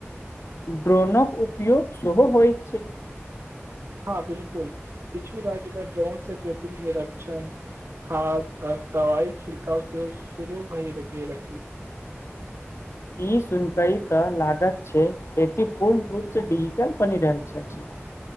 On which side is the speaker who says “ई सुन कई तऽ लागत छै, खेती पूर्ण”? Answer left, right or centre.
Left